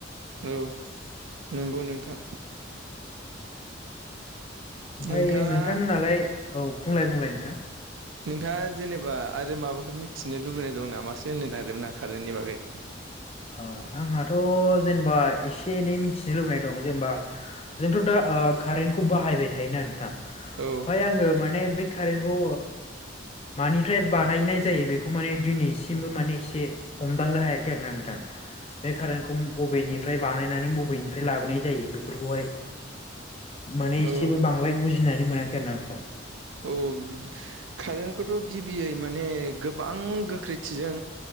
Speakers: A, on the right; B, on the left.
A: औ नोंगौ नोंथां
B: ओमफाय
A: नोंथाङा
B: नोंथांमोनहालाय औ बुंलाय-बुंलाय नोंथां
A: नोंथाङा जेनेबा आरो माबाफोर मिथिनो लुबैनाय दं नामासो होननो नागिरदोंमोन आं खारेननि बागै
B: ह आंहाथ जेनेबा एसे एनै मिथिनो लुबैनाय दं जेनेबा जोंथ दा ओ कारेन्टखौ बाहायबाय थायोना नोंथां ओमाय
A: औ
B: आङो माने बे ओ कारेन्टखौ मानिफ्राय बानायनाय जायो बेखौ माने दिनैसिमबो माने एसे हमदांनो हायाखै आरो ना नोंथां बे कारेन्टखौ बबेनि फ्राय बानायनानै बबेनिफ्राय लाबोनाय जायो बेफोरखौहाय माने
A: औ
B: एसेबो
A: औ
B: बांद्राय गिनानै मोनाखै आरोना नोंथां
A: औ बिद कारेन्टखौथ गिबियै माने गोब गोबां गोख्रैथिजों